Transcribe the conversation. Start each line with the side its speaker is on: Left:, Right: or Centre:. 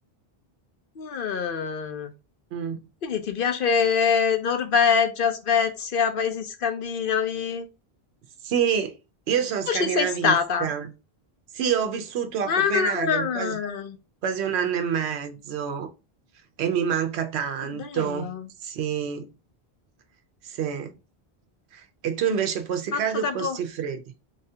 Left: Mm,
Right: Mm.
Left: Quindi ti piace Norvegia, Svezia, paesi scandinavi?
Right: Sì, io sono scandinavista.
Left: Tu ci sei stata?
Right: Sì, ho vissuto a
Left: Ah,
Right: Copenaghen quasi, quasi un anno e mezzo e mi manca tanto.
Left: che bello!
Right: Sì, sì. E tu invece posti
Left: Quanto
Right: caldi o
Left: tempo?
Right: posti freddi?